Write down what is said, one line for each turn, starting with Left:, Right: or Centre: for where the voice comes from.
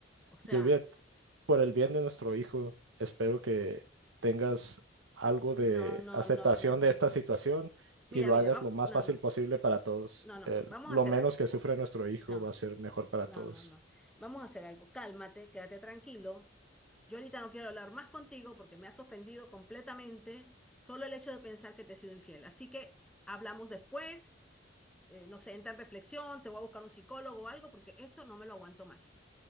Centre: O sea,
Right: Lluvia, por el bien de nuestro hijo, espero que tengas algo de
Centre: no, no,
Right: aceptación
Centre: no, no, no.
Right: de esta situación
Centre: Mira,
Right: y lo
Centre: mira,
Right: hagas
Centre: va-
Right: lo más
Centre: no,
Right: fácil
Centre: no,
Right: posible para todos.
Centre: no, no.
Right: Eh,
Centre: Vamos
Right: lo
Centre: a hacer
Right: menos
Centre: algo.
Right: que sufre nuestro hijo
Centre: No,
Right: va a ser mejor para
Centre: no,
Right: todos.
Centre: no, no. Vamos a hacer algo. Cálmate, quédate tranquilo. Yo ahorita no quiero hablar más contigo porque me has ofendido completamente solo el hecho de pensar que te he sido infiel. Así que hablamos después. eh, no sé, entra en reflexión, te voy a buscar un psicólogo o algo, porque esto no me lo aguanto más.